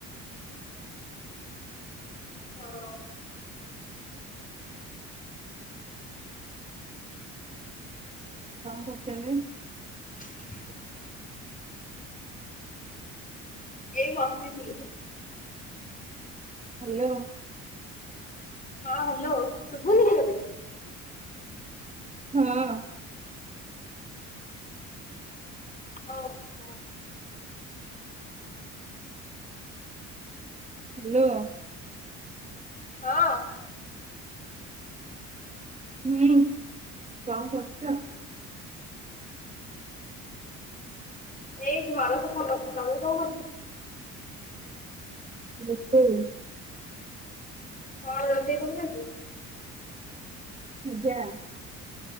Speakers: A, on the left; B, on the right.
A: ହଁ।
B: କଣ କରୁଛନ୍ତି।
A: <inaudible> ଏଇ ବସିଚି।
B: ହାଲୋ।
A: ହଁ ହାଲୋ ଶୁଭୁନି କି ତତେ।
B: ହଁ।
A: ହଁ ତ।
B: ହାଲୋ।
A: ହଁ।
B: ହୁଁ କଣ କରୁଛ?
A: ଏଇ ଘର ସଫା କରୁଛି, ତମେ କଣ କରୁଛ?
B: ରୋଷେଇ।
A: କଣ ରୋଷେଇ କରୁଛ ଆଜି?
B: ଭଜା।